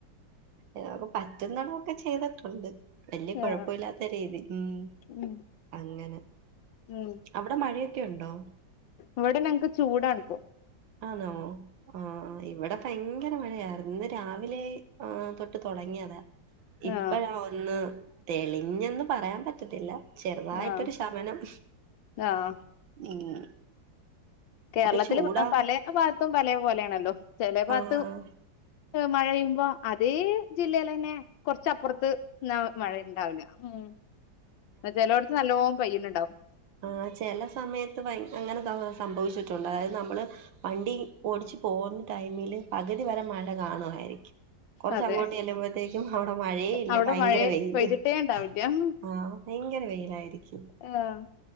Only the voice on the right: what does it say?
ആഹ് പറ്റുന്നടോക്കെ ചെയ്തിട്ടുണ്ട് വല്യ കൊഴപ്പില്ലാത്ത
രീതി ഉം
അങ്ങന
അവിടെ മഴയൊക്കെ ഉണ്ടോ
ആണോ ആഹ് ആഹ് ഇവിട പയ്ങ്കര മഴയായിരുന്നു ഇന്ന് രാവിലെ തൊട്ട് തൊടങ്ങിയതാ ഇപ്പഴാ
ഒന്ന് - ഒന്ന് തെളിഞ്ഞന്ന് പറയാൻ പറ്റത്തില്ല ചെറുതായിട്ടൊരു
ശമനം
ഉം
അപ്പൊ ചൂടാ
ആഹ്
ആ ചെല സമയത്ത് ഭയ അങ്ങനെ സംഭവിച്ചിട്ടുണ്ട് അതായത് നമ്മള് വണ്ടി ഓടിച്ച്പോകുന്ന ടൈമില് പകുതി വരെ മഴ കാണുവായിരിക്കും കുറച്ച്
അങ്ങോട്ട് ചെല്ലുമ്പോഴത്തേക്കും അവിടെ മഴേ ഇല്ല
ഭയങ്കര
വെയില്
ആഹ്
ഭയങ്കര വെയിലായിരിക്കും